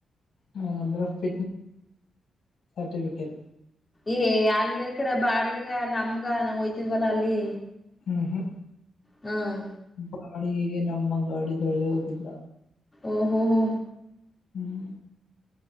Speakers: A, on the left (about 70°); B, on the left (about 20°).
A: ಹಾಗಂದ್ರೆ ಫಿಟ್ನೆಸ್ ಸರ್ಟಿಫಿಕೇಟ್
B: ಏ ಅಲ್ಲಿ ಎಲ್ ಕಡೆ ಬಾಡ್ಗಗ ನಮ್ಗ ನಾವ್ ಹೊಯ್ತಿದ್ವಲ್ಲ ಅಲ್ಲಿ.
A: ಹ್ಮ ಹ್ಮ
B: ಹ್ಮ್
A: ಬಾಡಿಗೆಗೆ ನಮ್ಮ ಗಾಡಿ ದೊಳೆಯೋದಿಲ್ಲ.
B: ಓಹೋಹೊ
A: ಹ್ಮ